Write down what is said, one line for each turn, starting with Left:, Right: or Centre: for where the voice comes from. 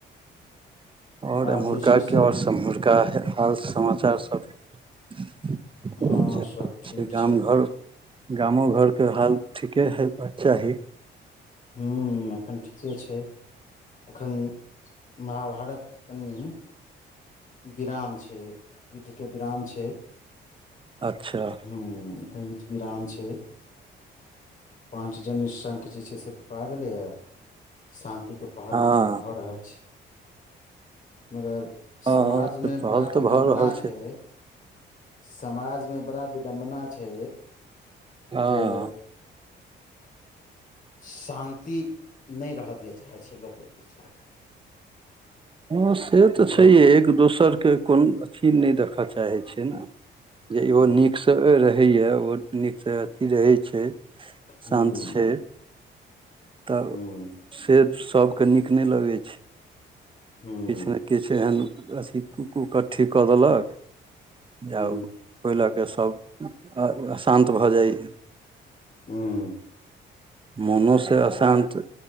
Right: आओर
Left: आब
Right: एम्हुरकाके
Left: जे छै से
Right: आओर सम्हुरका हाल समाचार सभ
Left: हँ
Right: जे
Left: सभ ठीक
Right: छै गाम-घर गामो घरके हाल ठीके हइबक चाही
Left: हूँ एखन ठीके छै, एखन महाभारत कनि विराम छै, युद्धके विराम छै
Right: अच्छा
Left: हू कनी त विराम छै पाँच जन्य शंख जे छै से, फुका गेलैए शान्तिके पहल
Right: हँ
Left: भऽ रहल छै मगर समाजमे
Right: हँ तऽ पहल
Left: बड़ा
Right: तऽ
Left: विडम्बना
Right: भऽ रहल
Left: छै समाजमे बड़ा विडम्बना छै
Right: हँ
Left: जे <inaudible> शान्ति नहि रहय दिअ चाहै छै लोक एक-दूसराके
Right: हँ, से तऽ
Left: भंग
Right: छैहे एक दोसरके कोन अथी नहि देखऽ चाहे छै, जे इहो
Left: हूँ
Right: नीक रहैए ओ नीकसँ अथी रहै छै,
Left: हूँ
Right: शान्त छै। तॅं
Left: हूँ
Right: से सबके नीक नहि लगै छै,
Left: हूँ
Right: किछु नहि किछु एहन अथी उकट्ठी कऽ देलक जे
Left: हूँ
Right: आब ओहि लऽ कऽ सभ अशान्त भऽ जाइए
Left: हूॅं
Right: मोनोसँ अशान्त